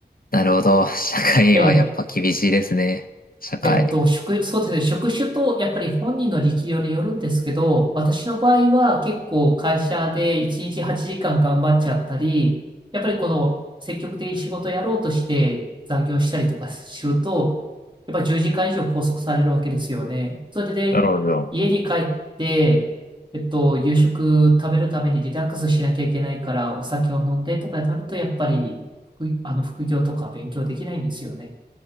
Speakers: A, on the left; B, on the right.
A: なるほど。社会はやっぱ厳しいですね。
B: ええ
A: 社会。
B: えっと、職、そうですね。職種と、やっぱり本人の力量によるんですけど、私の場合は結構会社で1日8時間頑張っちゃったり、やっぱりこの積極的に仕事をやろうとして残業したりとかすると、やっぱり10時間以上拘束されるわけですよね。それで、
A: なるほど。
B: ね家に帰って、えっと、夕食食べるためにリラックスしなきゃいけないから、お酒を飲んでとかになると、やっぱり副、あの、副業とか勉強できないんですよね。